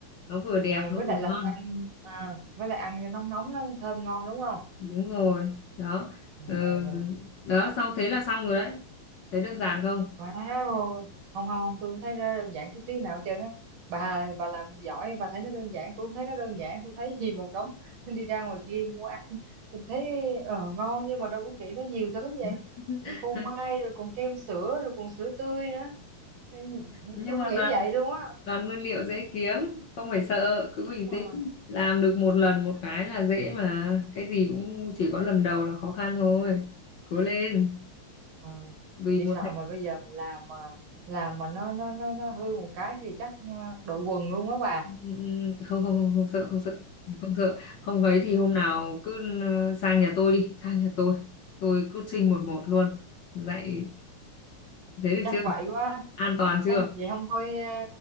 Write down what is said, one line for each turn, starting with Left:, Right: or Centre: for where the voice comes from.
Left: nó vừa đẹp
Right: ừ.
Left: nó
Right: với
Left: vừa
Right: lại làm
Left: ngon
Right: ăn à, với lại ăn cho nóng nóng nó thơm ngon đúng không
Left: đúng rồi đó
Right: rồi
Left: Ờ,
Right: rồi rồi
Left: đó xong thế là xong rồi đấy thấy đơn giản không
Right: Wow, không không không tôi không thấy nó đơn giản chút xíu nào hết trơn á. Bà bà làm giỏi bà thấy nó đơn giản, tôi không thấy nó đơn giản, tôi thấy gì một đống <laughs> đi ra ngoài kia mua ăn, mình thấy ờ, ngon nhưng mà đâu có nghĩ nó nhiều thứ vậy.
Left: <laughs>
Right: Rồi phô mai rồi còn kem sữa rồi còn sữa tươi nữa. Nên
Left: nhưng
Right: Tôi
Left: mà
Right: không nghĩ vậy luôn á.
Left: toàn nguyên liệu dễ kiếm không phải sợ cứ
Right: Đúng
Left: bình tĩnh
Right: rồi.
Left: làm được một lần một cái là dễ mà cái gì cũng chỉ có lần đầu là khó khăn thôi cố lên
Right: Ờ,
Left: vì
Right: Chỉ
Left: một
Right: sợ
Left: hạnh
Right: mà bây giờ mà làm mà làm mà nó nó nó nó hư một cái thì chắc ờ, đội quần luôn á bà.
Left: ừ, ừ, không không không không sợ không sợ không sợ không ấy thì hôm nào cứ ừ, sang nhà tôi đi sang nhà tôi tôi coaching một một luôn dạy thế được
Right: chắc
Left: chưa
Right: vậy quá
Left: an toàn chưa
Right: Ê, vậy không thôi ờ,